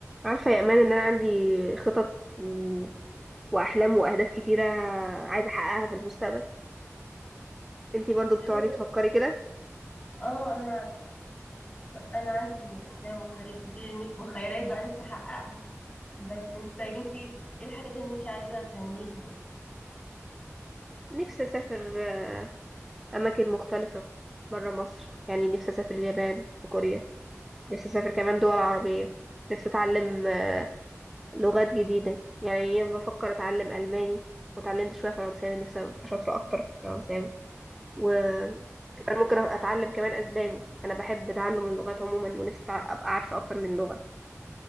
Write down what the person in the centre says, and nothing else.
عارفة يا امان ان انا عندي خطط و... واحلام واهداف كتيرة عايزة احققها في المستقبل انتي برضو بتقعدي
تفكري كده
نفسي اسافر آه، اماكن مختلفة برا مصر يعني نفسي اسافر اليابان وكوريا نفسي اسافر كمان دول عربية نفسي اتعلم آه، لغات جديدة يعني بفكر اتعلم الماني وتعلمت شوية فرنساوي نفسي ابقى شاطرة اكتر في الفرنساوي وكمان ممكن اتعلم كمان اسباني انا بحب تعلم اللغات عموما ونفسي أتع- ابقى عارفة اكتر من لغة